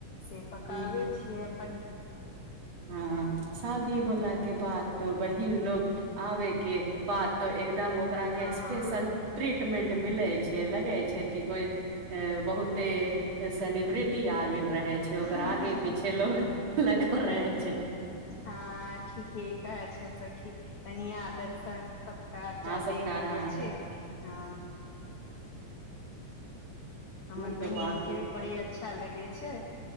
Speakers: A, on the left; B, on the right.
A: से पकाबै
B: ह
A: छियै अपन
B: हँ शादी होला के बाद तो बहिन लोग आबे के बाद तो एक एकदम ओकरा
A: हँ
B: के स्पेशल
A: सखी
B: ट्रीटमेंट मिलै छै लगे छै कि कोई अ बहुते सेलेब्रिटी आ गेल रहे पीछे होकर
A: हँ
B: आगे पीछे लोग लगल रहेै
A: हँ ठीक कहै छै सखि <unintelligible> सँ सत्कार
B: हँ
A: जादे
B: सत्कार
A: होवे
B: हँ
A: छै ह हमर
B: ओ
A: बहिन
B: तऽ बात
A: के भी बड़ी अच्छा लगे छै